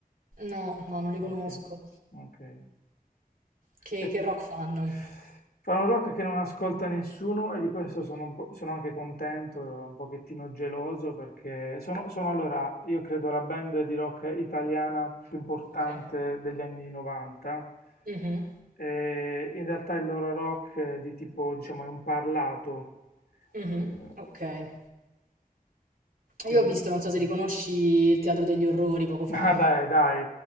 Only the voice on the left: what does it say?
Okay, okay.
<laughs>
Fanno rock che non ascolta nessuno e di questo sono un po' sono anche contento, un pochettino geloso perché sono, sono allora, io credo la band di rock italiana più importante
degli anni 90
e in realtà il loro rock è di tipo, diciamo, è un parlato.
Eh,
quindi,
sì.
<laughs>
Vabbè, dai,